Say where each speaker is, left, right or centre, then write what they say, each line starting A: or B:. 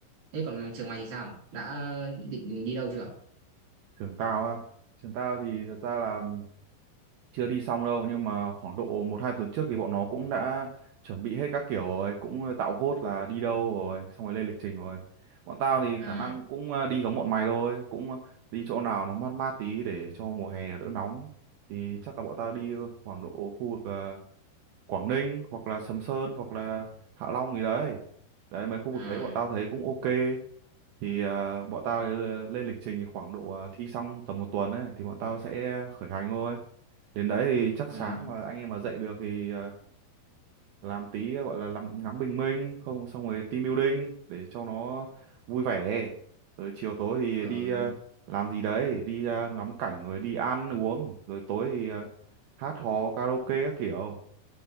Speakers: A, on the right; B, on the right.
A: Thế còn mà trường ngoài thì sao? Đã định đi đâu chưa?
B: Trường tao á, trường tao thì thật ra là chưa đi xong đâu nhưng mà khoảng độ một hai tuần trước thì bọn nó cũng đã chuẩn bị hết các kiểu rồi cũng tạo vote là đi đâu rồi xong rồi lên lịch trình rồi bọn tao thì
A: À,
B: khả năng cũng ờ, đi giống bọn mày thôi cũng đi chỗ nào nó mát mát tí để cho mùa hè đỡ nóng thì chắc là bọn tao đi khoảng độ khu vực ờ, Quảng Ninh hoặc là Sầm Sơn hoặc là Hạ Long gì đấy đấy mấy khu
A: à,
B: vực đấy bọn tao thấy cũng ok thì ờ, bọn tao ờ, lên lịch trình thì khoảng độ ờ, thi xong tầm một tuần ấy thì bọn tao sẽ khởi hành thôi đến đấy thì chắc
A: à,
B: sáng mà anh em mà dậy được thì à, làm tí gọi là làm ngắm bình minh không xong rồi team building để cho nó vui vẻ rồi chiều tối thì
A: ờ,
B: đi à, làm gì đấy đi à, ngắm cảnh rồi đi ăn uống rồi tối thì à, hát hò karaoke các kiểu